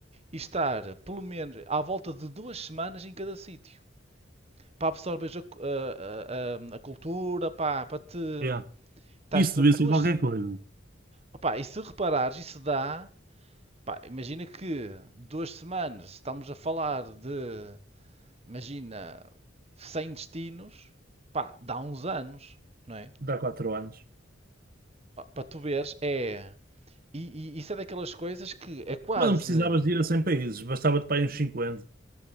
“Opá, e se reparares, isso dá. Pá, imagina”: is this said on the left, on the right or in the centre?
Right